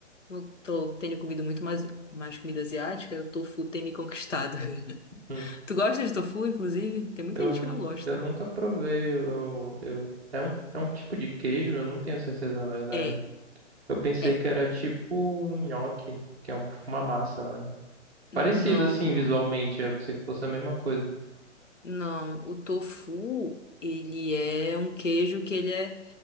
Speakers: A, on the left (about 75°); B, in the centre.
A: eu tô- tenho comido muito mais, mais comida asiática, o tofu tem me conquistado. <laughs>
B: Hum,
A: Tu gosta de tofu, inclusive? Tem muita
B: eu,
A: gente
B: nu-
A: que não gosta.
B: eu nunca provei. Eu, eu, é um, é um tipo de queijo, eu não tenho certeza, na verdade.
A: É.
B: Eu pensei
A: É.
B: que era tipo um nhoque, que é um- uma massa, né? Parecido,
A: Não,
B: assim,
A: não.
B: visualmente. Eu pensei que fosse a mesma coisa.
A: Não, o tofu, ele é um queijo que ele é,